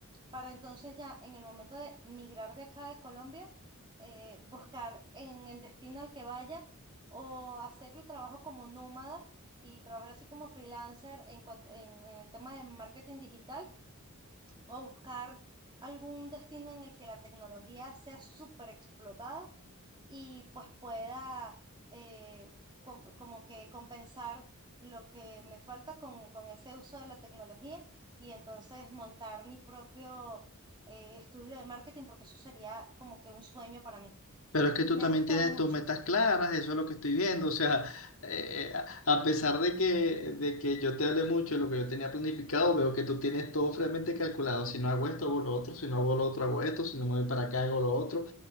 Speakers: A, on the right; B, on the left.
A: para entonces ya en el momento de migrar de acá de Colombia, eh, buscar en el destino al que vaya o hacer el trabajo como nómada y trabajar así como freelancer en cuanto, en el tema de marketing digital o buscar algún destino en el que la tecnología sea súper explotada y pues pueda eh, com- como que compensar lo que me falta con, con ese uso de la tecnología y entonces montar mi propio eh, estudio de marketing porque eso sería como que un sueño para mí.
B: Pero es que tú
A: Me
B: también
A: ha gustado
B: tienes
A: mucho,
B: tus metas claras, eso es lo que estoy viendo. O sea, eh, eh, a a pesar de que, de que yo te hablé mucho de lo que yo tenía planificado, veo que tú tienes todo fríamente calculado. Si no hago esto, hago lo otro. Si no hago lo otro, hago esto. Si no me voy para acá, hago lo otro.